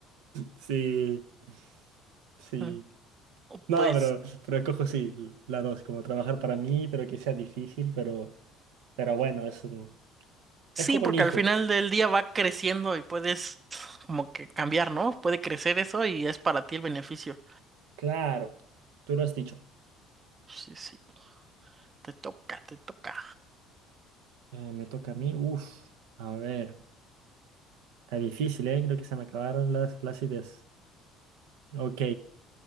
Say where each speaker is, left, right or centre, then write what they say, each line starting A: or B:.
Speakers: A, on the right; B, on the right.
A: Sí, sí.
B: Mm,
A: No,
B: Pues
A: pero, pero escojo sí, la dos, como trabajar para mí, pero que sea difícil, pero, pero bueno, es, un-
B: sí,
A: es como
B: porque
A: un hijo.
B: al final del día va creciendo y puedes como que cambiar, ¿no? Puede crecer eso y es para ti el beneficio.
A: Claro, tú lo has dicho.
B: Sí, sí, te toca, te toca.
A: Eh, me toca a mí. Uf, a ver. Está difícil, ¿eh? Creo que se me acabaron las, las ideas. Ok.